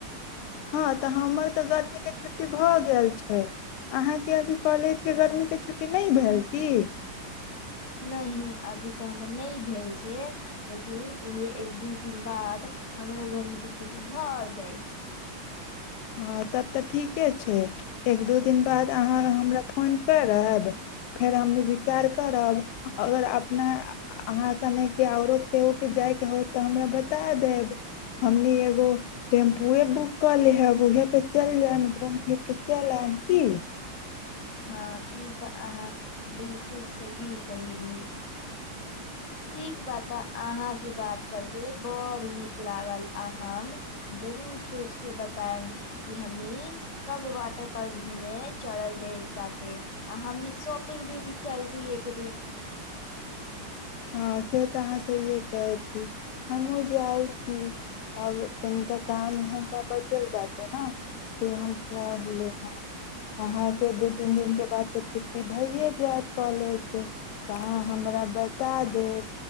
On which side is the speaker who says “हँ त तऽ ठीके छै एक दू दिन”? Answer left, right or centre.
Left